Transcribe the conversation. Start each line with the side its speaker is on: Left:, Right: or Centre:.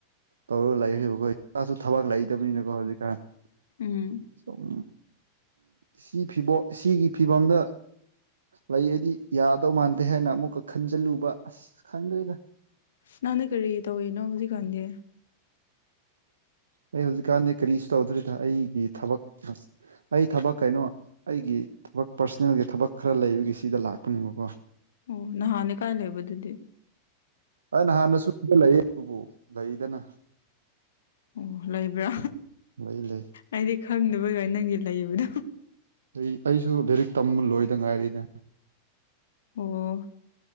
Right: ꯇꯧꯔꯒ ꯂꯩꯈ꯭ꯔꯦꯕꯀꯣ ꯏꯁꯥꯁꯨ ꯊꯕꯛ ꯂꯩꯇꯕꯅꯤꯅꯀꯣ ꯍꯧꯖꯤꯛꯀꯥꯟ
Left: ꯎꯝ
Right: ꯁꯨꯝ ꯁꯤ ꯐꯤꯕꯣ ꯁꯤꯒꯤ ꯐꯤꯕꯝꯗ ꯂꯩ ꯑꯩꯗꯤ ꯌꯥꯗꯧ ꯃꯥꯟꯗꯦ ꯍꯥꯏꯅ ꯑꯃꯨꯛꯀ ꯈꯟꯖꯤꯜꯂꯨꯕ ꯑꯁ ꯈꯪꯗ꯭ꯔꯦꯗ
Left: ꯅꯪꯥꯟꯅ ꯀꯔꯤ ꯇꯧꯏꯅꯣ ꯍꯧꯖꯤꯛꯀꯥꯟꯗꯤ
Right: ꯑꯩ ꯍꯧꯖꯤꯛꯀꯥꯟꯗꯤ ꯀꯔꯤꯁꯨ ꯇꯧꯗ꯭ꯔꯤꯗ ꯑꯩꯒꯤ ꯊꯕꯛ ꯑꯩ ꯊꯕꯛ ꯀꯩꯅꯣ ꯑꯩꯒꯤ ꯊꯕꯛ ꯄꯥꯔꯁꯣꯅꯦꯜꯒꯤ ꯊꯕꯛ ꯈꯔ ꯂꯩꯕꯒꯤ ꯁꯤꯗ ꯂꯥꯛꯄꯅꯦꯕꯀꯣ
Left: ꯑꯣ ꯅꯍꯥꯟꯅꯦ ꯀꯥꯏ ꯂꯩꯕꯗꯨꯗꯤ
Right: ꯅꯍꯥꯟꯅꯁꯨ ꯂꯩ ꯑꯗꯨꯕꯨ ꯂꯩꯗꯅ
Left: ꯑꯣ ꯂꯩꯕ꯭ꯔꯥ
Right: ꯂꯩ ꯂꯩ
Left: ꯑꯩꯗꯤ ꯈꯪꯗꯕꯩꯒ ꯅꯪꯒꯤ ꯂꯩꯕꯗꯣ
Right: ꯑꯩ ꯑꯩꯁꯨ ꯂꯥꯏꯔꯤꯛ ꯇꯝꯕ ꯂꯣꯏꯗ ꯉꯥꯏꯔꯤꯗ
Left: ꯑꯣ